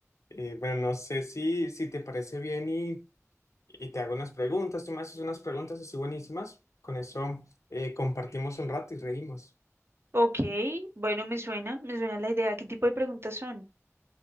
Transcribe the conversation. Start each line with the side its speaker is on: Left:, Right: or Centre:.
Left: eh, bueno, no sé si, si te parece bien y, y te hago unas preguntas. Tú me haces unas preguntas así buenísimas. Con eso eh, compartimos un rato y reímos.
Right: Ok, bueno, me suena, me suena la idea. ¿Qué tipo de preguntas son?